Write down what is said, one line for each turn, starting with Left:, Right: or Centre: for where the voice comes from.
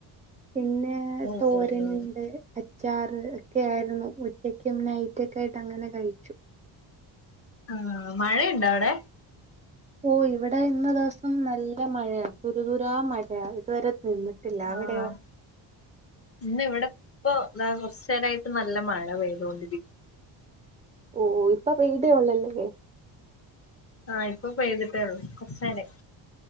Right: പിന്നെ
Left: ഓഹ്
Right: തോരനുണ്ട്
Left: ഓഹ് ഓഹ്
Right: അച്ചാറ് ഒക്കെ ആയിരുന്നു ഉച്ച ക്കും നൈറ്റൊക്കായിട്ട് അങ്ങനെ കഴിച്ചു
Left: ആഹ് മഴയുണ്ടോ അവിടെ
Right: ഓ ഇവിടെ ഇന്ന ദിവസം നല്ല മഴയാ തുരിതുരാ മഴയാ ഇതുവരെ നിന്നിട്ടില്ല അവിടെയോ
Left: ആഹ് ഇന്ന് ഇവിടെ ഇപ്പൊ താ കൊറച്ച് നേരായിട്ട് നല്ല മഴ പെയ്തുകൊണ്ടിരിക്കുന്നു
Right: ഓ ഇപ്പൊ പെയതെ ഒള്ളല്ലേ
Left: ആഹ് ഇപ്പൊ പെയ്തിട്ടേള്ളൂ കൊറച്ച്നേരായി